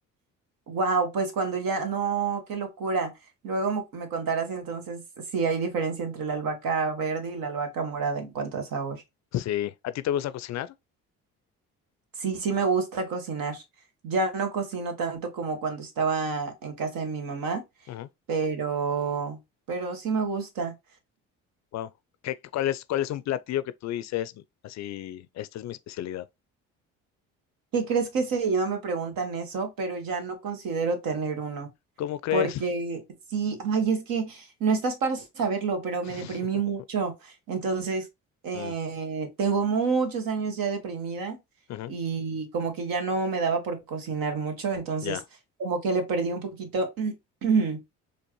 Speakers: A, on the right (about 65°); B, on the left (about 50°).
A: Wow, pues cuando ya, no, qué locura. Luego mo- me contarás entonces si hay diferencia entre la albahaca verde y la albahaca morada en cuanto a sabor.
B: Sí, ¿a ti te gusta cocinar?
A: Sí, sí me gusta cocinar. Ya no cocino tanto como cuando estaba en casa de mi mamá,
B: Ujú,
A: pero, pero sí me gusta.
B: Wow. ¿Qué, qué- cuál es, cuál es un platillo que tú dices así, esta es mi especialidad?
A: ¿Qué crees que seguido me preguntan eso, pero ya no considero tener uno?
B: ¿Cómo crees?
A: Porque sí, ay, es que no estás para saberlo, pero
B: <laughs>
A: me deprimí mucho. Entonces, eh,
B: Mm.
A: tengo muchos años ya deprimida
B: Ujú,
A: y como que ya no me daba por cocinar mucho, entonces
B: Ya,
A: como que le perdí un poquito. <clears throat>